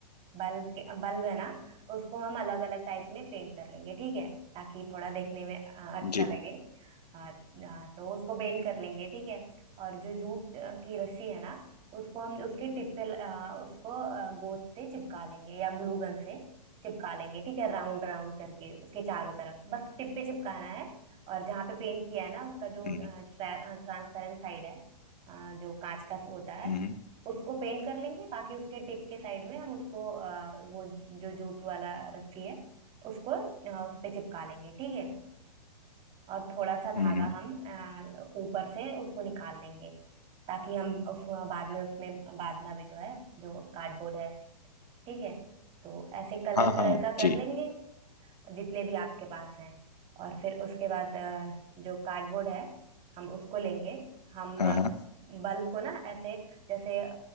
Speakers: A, on the right; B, on the left.
A: बल्ब के बल्ब है ना उसको हम अलग अलग टाइप में पेंट कर लेंगे ठीक है ताकि थोड़ा देखने में अ, अच्छा
B: जी
A: लगे अ, अ, तो उसको पेंट कर लेंगे ठीक है और जो जूट अ, की रस्सी है ना उसको हम उसके टिप पे ल- अ, उसको अ, गोंद से चिपका लेंगे या ग्लू गन से चिपका लेंगे ठीक है राउंड राउंड करके उसके चारों तरफ बस टिप पे चिपकाना है और जहाँ पे पेंट किया है ना उसका जो
B: हम्म
A: ट्रांसपेरेंट साइड है आ, जो कांच का होता है
B: हम्म
A: उसको पेंट कर लेंगे बाकी उसके टिप के साइड में हम उसको आ, वो ज- जो जूट वाला रस्सी है उसको आ, उस पे चिपका लेंगे ठीक है और थोड़ा सा धागा
B: हम्म, हम्म,
A: हम आ, ऊपर से उसको निकाल देंगे ताकि हम उस बाद में उसमें बांधना भी तो है जो कार्डबोर्ड है ठीक है तो ऐसे कलर
B: हाँ हाँ
A: कलर का कर
B: जी
A: लेंगे जितने भी आपके पास हैं और फिर उसके बाद अ, जो कार्डबोर्ड है हम उसको लेंगे हम
B: हाँ
A: अ,
B: हाँ
A: बल्ब को ना ऐसे जैसे अ,